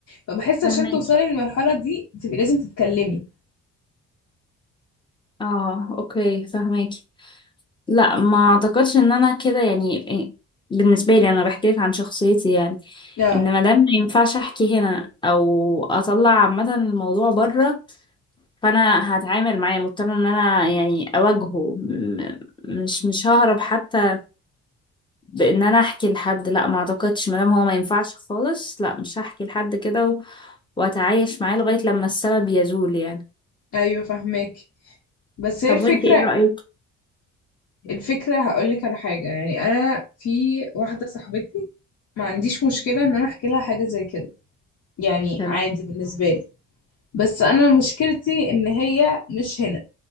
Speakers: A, on the left; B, on the left.
A: فبحس
B: فاهماكي
A: عشان توصلي للمرحلة دي تبقي لازم تتكلمي
B: اه اوكي فهماكي لا ما اعتقدش ان انا كده يعني إيه، بالنسبه لي انا بحكي لك عن شخصيتي يعني
A: لا
B: ان مادام ما ينفعش احكي هنا او اطلع عامه الموضوع بره فانا هتعامل معاه مضطره ان انا يعني اواجهه م- مش مش ههرب حتى بان انا احكي لحد لا ما اعتقدش مادام هو ما ينفعش خالص لا مش هحكي لحد كده و- واتعايش معاه لغايه لما السبب يزول يعني
A: ايوه فاهمك بس هي
B: طب
A: الفكرة
B: وانتي ايه رايك
A: الفكرة هقولك على حاجة يعني انا في واحدة صاحبتي ما عنديش مشكلة ان انا احكي لها حاجة زي كده يعني
B: تمام
A: عادي بالنسبة لي بس انا مشكلتي ان هي مش هنا